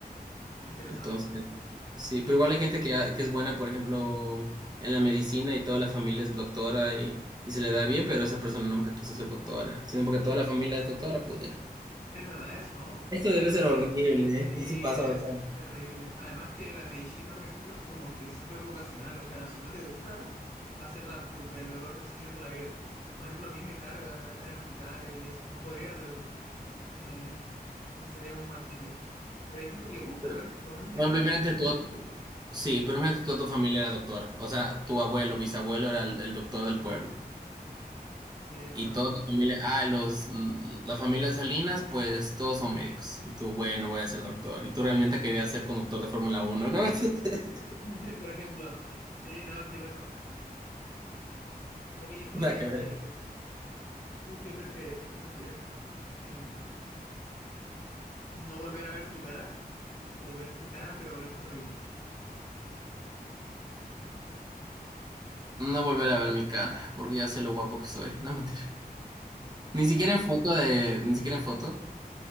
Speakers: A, on the left; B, on the right.
A: Interesante.
B: Entonces, sí, pero igual hay gente que, ha- que es buena, por ejemplo, en la medicina y toda la familia es doctora y, y se le da bien, pero esa persona nunca quiso ser doctora, sino porque toda la familia es doctora, pues ya.
A: Es verdad eso.
B: Eso
A: Además
B: debe ser
A: que
B: horrible, ¿eh?
A: sí,
B: Y sí pasa
A: debe
B: bastante.
A: ser terrible. Además que la medicina, por ejemplo, es como que súper vocacional. O sea, si no te gusta, va a ser la, tu peor decisión de la vida. Por ejemplo, a mí me carga estar en hospitales y eso. No podría hacer eso. Eh, entonces sería un martirio. Pero hay gente que le gusta,
B: Pero,
A: realmente. Por ejemplo,
B: Por
A: mi novia
B: ejemplo, imagínate
A: le...
B: tú, sí, pero imagínate toda tu familia era doctora. O sea, tu abuelo, bisabuelo era el, el doctor del pueblo.
A: Sí, es
B: Y
A: verdad.
B: toda tu familia, ah, los, l- la familia Salinas, pues todos son médicos. Y tú, bueno, voy a ser doctor. Y tú realmente querías ser conductor de Fórmula Uno, ¿no? <laughs>
A: <laughs> Por ejemplo. Sí, no, qué loco. Oye, Fabi,
B: Nada que ver.
A: eh, ¿tú qué prefe- qué prefieres? Em, ¿no volver a ver tu cara o ver tu cara pero ver terrible?
B: No volver a ver mi cara, porque ya sé lo guapo que soy. No mentira. Ni siquiera en foto de, ni siquiera en foto.